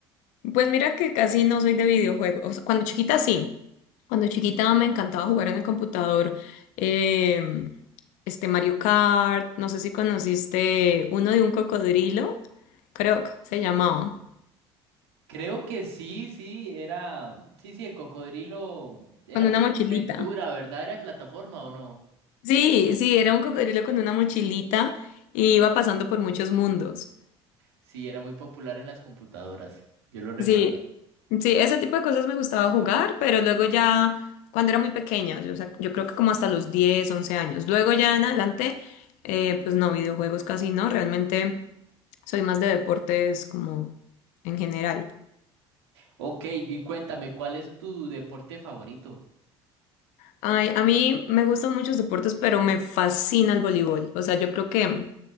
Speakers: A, on the left; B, on the right.
A: Pues mira que casi no soy de videojuegos. Cuando chiquita sí. Cuando chiquita me encantaba jugar en el computador. eh, este Mario Kart, no sé si conociste uno de un cocodrilo, creo que se llamaba,
B: Creo que sí, sí, era... Sí, sí, el cocodrilo era
A: con
B: como
A: una mochilita.
B: aventura, ¿verdad? ¿Era de plataforma o no?
A: Sí, sí, era un cocodrilo con una mochilita y iba pasando por muchos mundos.
B: Sí, era muy popular en las computadoras. Yo lo recuerdo.
A: Sí, sí, ese tipo de cosas me gustaba jugar, pero luego ya, cuando era muy pequeña, yo, o sea, yo creo que como hasta los 10, 11 años. Luego ya en adelante, eh, pues no, videojuegos casi no, realmente soy más de deportes como en general.
B: Ok, y cuéntame, ¿cuál es tu deporte favorito?
A: Ay, a mí me gustan muchos deportes, pero me fascina el voleibol. O sea, yo creo que